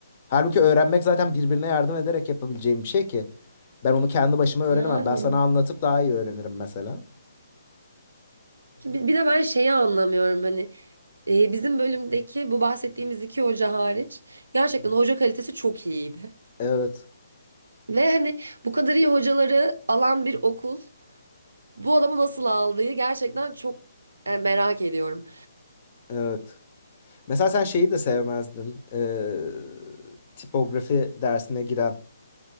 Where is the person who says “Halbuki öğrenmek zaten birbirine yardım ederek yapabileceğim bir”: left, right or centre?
Left